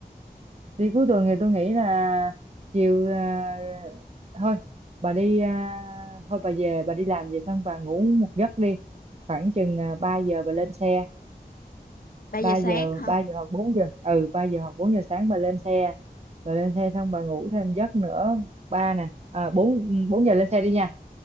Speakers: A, on the right (about 40°); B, on the left (about 65°).
A: đi cuối tuần thì tôi nghĩ là chiều ờ, thôi bà đi ờ, thôi bà về bà đi làm về xong bà ngủ một giấc đi khoảng chừng ờ, 3 giờ bà lên xe
B: 3
A: ba
B: giờ sáng
A: giờ
B: hả
A: ba giờ hoặc bốn giờ ừ ba giờ hoặc bốn giờ sáng bà lên xe bà lên xe xong bà ngủ thêm giấc nữa ba nè à, bốn bốn giờ lên xe đi nha